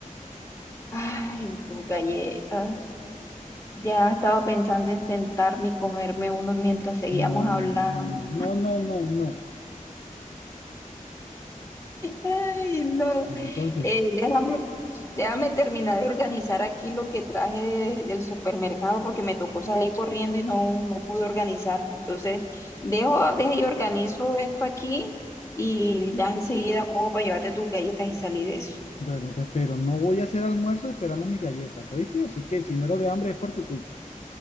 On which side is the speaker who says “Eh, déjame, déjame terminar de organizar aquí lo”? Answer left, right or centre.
Left